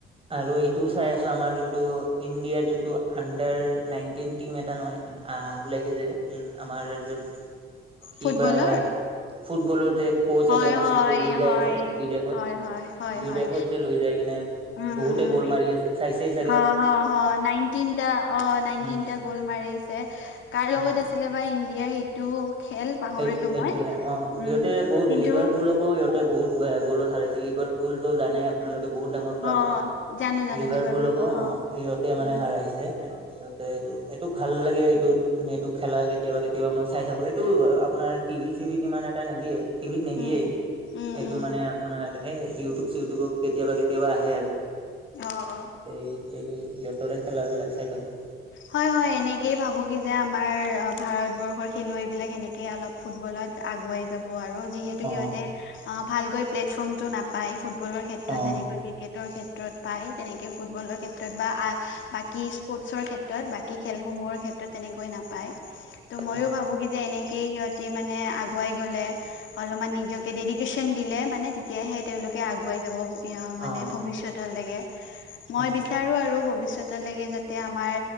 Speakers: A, on the right (about 25°); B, on the left (about 70°).
A: আৰু এইটোও চাই আছোঁ, আমাৰ যোনটো ইণ্ডিয়াৰ যোনটো আণ্ডাৰ নাইনটিন টিম এটা নহয়। আহ ওলাইছে যে, উম আমাৰ একজন কিবা
B: ফুটবলৰ
A: ফুটবলৰ যে ক'চ
B: হয়
A: এজন আছে
B: হয়
A: যে, লৈ যাই
B: হয়
A: আছে বিদেশত,
B: হয় হয় হয়
A: বিদেশত
B: হয়
A: যে লৈ যাই কিনে
B: উম
A: বহুতে
B: উম
A: গ'ল মাৰি ৰি আছে চাইছে চা
B: হ, হ, হ, নাইনটিনটা অ', নাইনটিনটা
A: উম
B: গ'ল মাৰিছে, কাৰ লগত
A: উম
B: আছিলে বা ইণ্ডিয়াৰ সেইটো খেল পাহৰিলো
A: সেই সেইটোয়ে
B: মই
A: অ', সিহঁতে
B: উম
A: বহুত
B: কিন্তু
A: লিভাৰ পুলক কো সিহঁতে বহুত বেয়া গ'লত হাৰাইছিল, লিভাৰপুলতো জানেয়ে আপ আপোনালোকে বহুত ডাঙৰ ক্লাব
B: অ
A: হয়,
B: জানো জানো
A: লিভাৰপুৰকো
B: লিভাৰপুল
A: অ', সিহঁতে মানে
B: উম
A: হাৰাইছে, আ সিহঁত এ এইটো, এইটো ভাল লাগে এইটোত এইটো খেলা কেতিয়াবা কেতিয়াবা মই চাই থাকোঁ, এইটো আপ আপোনাৰ টিভি চিভিত ইমান এটা নিদিয়ে, টিভিত নিদিয়েই।
B: উম উম
A: এইটো
B: উম
A: মানে আপোনাৰ এ ইউটিউব চিটিউবত কেতিয়াবা কেতিয়াবা আহে আৰু
B: অ অ
A: এই এই ইহঁতৰে খেল বিলাক চাই থাকোঁ।
B: হয়, হয়, এনেকেই ভাবো কি যে আমাৰ আ ভাৰতবৰ্ষৰ খেলুৱৈ বিলাক সেনেকেই অলপ ফুটবলত আগুৱাই যাব আৰু যিহেতু
A: অ
B: সিহঁতে ভালকৈ প্লেটফৰ্মটো নাপাই, ফুট ফুবলৰ ক্ষেত্ৰত,
A: অ
B: যেনেকৈ ক্ৰিকেৰ ক্ষেত্ৰ তত পায় তেনেকে ফুটবলৰ ক্ষেত্ৰত বা আ বাকী স্পৰ্টৰ ক্ষেত্ৰ টত বাকী খেলসমূহৰ ক্ষেত্ৰত তেনেকৈ নাপায়, ত' ময়ো
A: অ
B: ভাবো কি যে এনেকেই সিহঁতি মানে আগুৱাই গ'লে অলপমান নিজকে ডেডিকেচন দিলে মানে তেতিয়াহে তেওঁওলোকে আগুৱাই যাব এ মানে
A: অ
B: ভৱিষ্যতলৈকে, মই
A: অ
B: বিচাৰো আৰু ভৱিষ্যতলৈকে যাতে আমাৰ